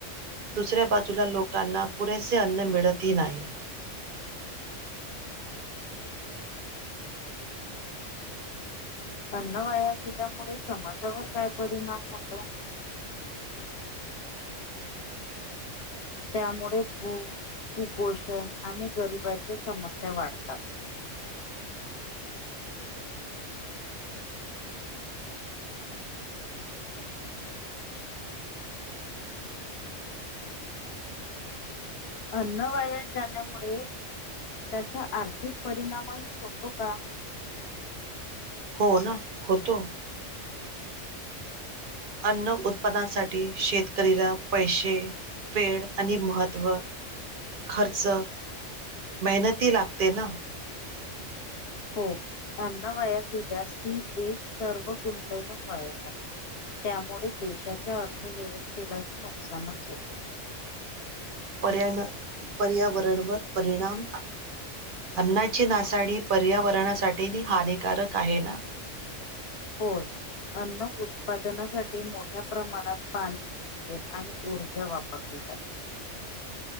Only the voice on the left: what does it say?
अन्न वाया गेल्यामुळे समाजावर काय परिणाम होतो? त्यामुळे भूक कुपोषण आणि गरिबांच्या समस्या वाढतात. अन्न वाया जाण्यामुळे त्याचा आर्थिक परिणामही होतो का?
हो अन्न वाया गेल्यास ही एक सर्व गुंतवणूक वाया जाते त्यामुळे देशाच्या अर्थव्यवस्थेलाही नुकसानच होतं.
होय अन्न उत्पादनासाठी मोठ्या प्रमाणात पाणी जीवन आणि ऊर्जा वापरली जाते.